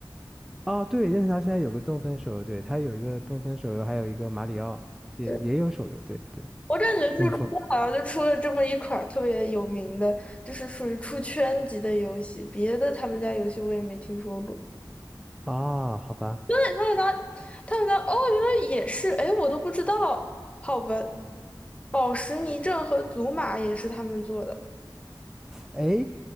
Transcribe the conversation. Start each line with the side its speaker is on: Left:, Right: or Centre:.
Centre: 哦，对，任天堂现在有个动森手游，对，它有一个动森手游，还有一个马里奥，也也有手游，
Left: 对。
Centre: 对对，
Left: 我感觉这个公司好像就出了这么一款特别有名的，
Centre: 跟风。
Left: 就是属于出圈级的游戏，别的他们家游戏我也没听说过。
Centre: 哦，好吧。
Left: 对，他们家，他们家哦，原来也是，哎，我都不知道。好吧，宝石迷阵和祖玛也是他们做的。
Centre: 哎，